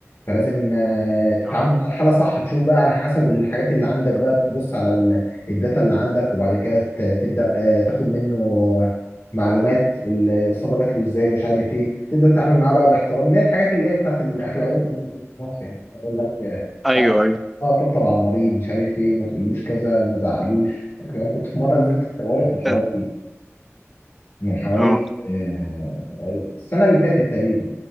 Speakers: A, on the left; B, in the centre.
A: فلازم آه، تتعامل
B: اه
A: مع الحاله صح تشوف بقى على حسب الحاجات اللي عندك بقى تبص على ال- الداتا اللي عندك وبعد كده ت- تبدا آه، تاخد منه معلومات الاصابه جات له ازاي ومش عارف ايه تبدا تتعامل معاه بقى باحترام اللي هي الحاجات اللي هي بتاعت الاخلاقيات اللي بتبقى في مصر يعني اقول لك
B: ايوه ايوه
A: اه طب طبعا مريض مش عارف ايه ما تقولوش كذا ما تزعلوش انا كنت في مره نزلت الطوارئ من حوالي
B: اه
A: من حوالي
B: آه،
A: آه، آه، السنه اللي فاتت تقريبا